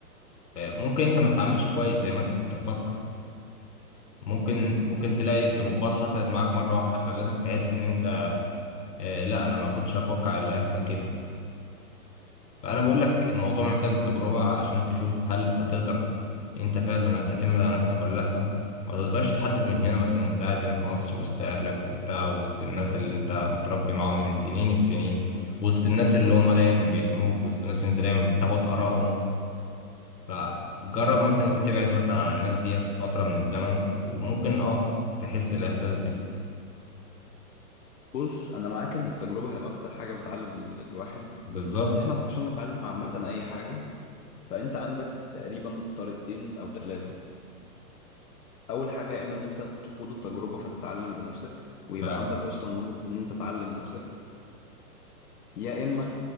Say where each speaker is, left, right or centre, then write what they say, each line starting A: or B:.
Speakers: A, on the left (about 85°); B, on the left (about 70°).
A: آه ممكن انت ما تتعاملش كويس زي ما انت كنت مفكر ممكن ممكن تلاقي ضربات حصلت معاك مرة واحدة خلتك تحس ان انت آه لا انا ما كنتش اتوقع اللي هيحصل كده فأنا بقول لك الموضوع محتاج تجربة عشان تشوف هل أنت تقدر إن أنت فعلا هتعتمد على نفسك ولا لأ ما تقدرش تحدد من هنا مثلا وأنت قاعد هنا في مصر وسط أهلك وبتاع وسط الناس اللي أنت متربي معاهم من سنين السنين وسط الناس اللي هم دايما بيحموك وسط الناس اللي أنت دايما بتاخد آرائهم فجرب مثلا أنت تبعد مثلا عن الناس ديت فترة من الزمن وممكن أه تحس الإحساس ده
B: بص انا معاك ان التجربة هي اكتر حاجة بتعلم ال- الواحد
A: بالظبط
B: بس احنا عشان نتعلم عامة اي حاجة فانت عندك تقريبا طريقتين او ثلاثة اول حاجة يا اما ان انت تخوض التجربة فتتعلم بنفسك ويبقى
A: ف-
B: عندك اصلا مهارة ان انت تعلم نفسك يا اما